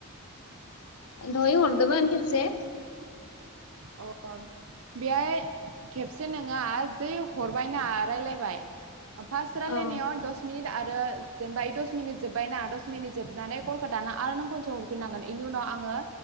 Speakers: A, on the left; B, on the right.
A: दहाय हरदोंमोन। से
B: अ बेहाय खेबसे नोङा जै हरबायना रायलायबाय। फार्स्ट
A: औ
B: रालायनायाव दस मिनिट आरो आरो जेनेबा यो दस मिनिट जोबबायना दस मिनिट जोबनानै खलखौ दाना आरो नों खनसे हरफिननांगोन इनि उनाव आंङो